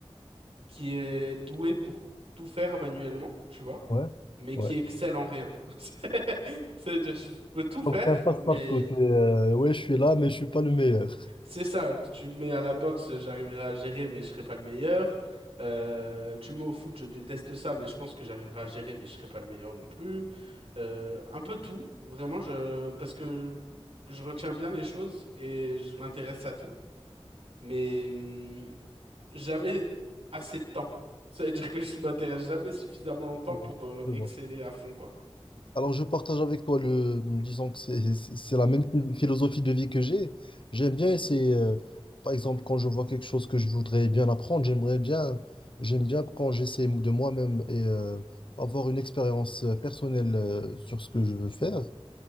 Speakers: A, on the right; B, on the left.
A: qui est doué pour tout faire manuellement, tu vois,
B: ouais,
A: mais qui
B: ouais.
A: excelle en rien. <laughs> C'est-à-dire, je peux tout faire,
B: Donc t'es un passe-partout.
A: mais
B: t'es, euh, ouais, je suis là, mais je suis pas le meilleur.
A: c'est ça. Tu me mets à la boxe, j'arriverai à gérer, mais je serai pas le meilleur. Euh, tu me mets au foot, je déteste ça, mais je pense que j'arriverai à gérer, mais je serai pas le meilleur non plus. Euh, un peu tout, vraiment, je, parce que je retiens bien les choses et je m'intéresse à tout mais hum, jamais assez de temps. Ça veut dire que je m'intéresse jamais suffisamment longtemps
B: <laughs>
A: pour euh,
B: Je
A: exceller
B: vois.
A: à fond, quoi.
B: Alors, je partage avec toi le, disons que c'est c'est- c'est la même phil- philosophie de vie que j'ai. J'aime bien essayer, euh, par exemple, quand je vois quelque chose que je voudrais bien apprendre, j'aimerais bien, j'aime bien quand j'essaie de moi-même et euh, avoir une expérience euh, personnelle euh, sur ce que je veux faire.